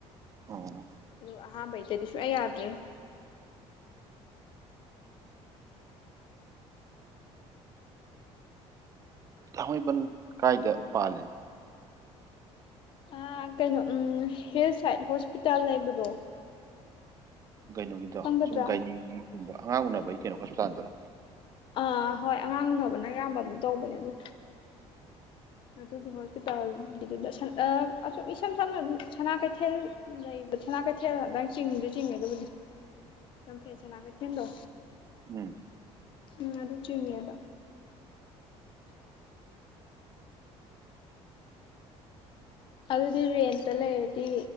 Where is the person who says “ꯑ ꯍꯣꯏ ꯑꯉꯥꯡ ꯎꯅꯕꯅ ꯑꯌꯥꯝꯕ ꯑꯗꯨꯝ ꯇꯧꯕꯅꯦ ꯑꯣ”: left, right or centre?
Left